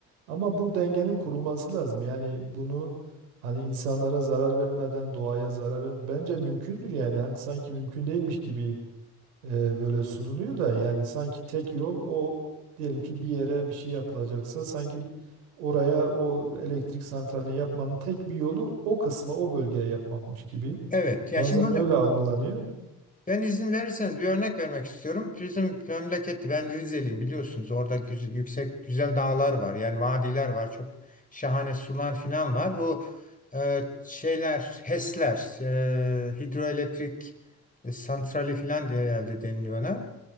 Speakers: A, on the right (about 85°); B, on the left (about 20°).
A: Ama bu dengenin kurulması lazım. Yani bunu hani insanlara zarar vermeden, doğaya zarar vermeden bence mümkündür yani. Hani sanki mümkün değilmiş gibi e, böyle sunuluyor da yani sanki tek yol o diyelim ki bir yere bir şey yapılacaksa sanki oraya o elektrik santralini yapmanın tek bir yolu o kısma o bölgeye yapmakmış gibi.
B: evet. Yani
A: Bazen
B: şimdi
A: böyle algılanıyor.
B: Ben izin verirseniz bir örnek vermek istiyorum. Bizim memlekette ben Rizeliyim biliyorsunuz. Orada güz- yüksek güzel dağlar var. Yani vadiler var. Çok şahane sular falan var. Bu e, şeyler HES'ler e, hidroelektrik e, santrali falan diye herhalde deniliyor ona.